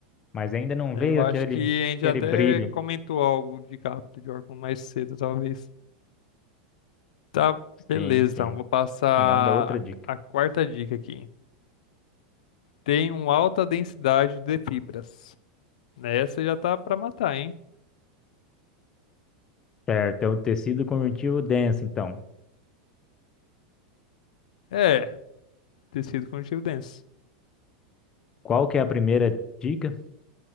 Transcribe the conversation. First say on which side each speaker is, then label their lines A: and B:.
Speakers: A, on the left; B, on the left.
A: mas ainda não
B: É,
A: veio
B: Eu acho
A: aquele,
B: que a gente
A: aquele
B: até
A: brilho.
B: comentou algo de capta de órgão mais cedo, talvez. Tá, beleza,
A: Sim, sim.
B: então vou passar
A: Manda outra dica.
B: a, a quarta dica aqui. Tem uma alta densidade de fibras. Essa já tá pra matar, hein?
A: Certo, é um tecido conjuntivo denso, então.
B: É, tecido conjuntivo denso.
A: Qual que é a primeira dica?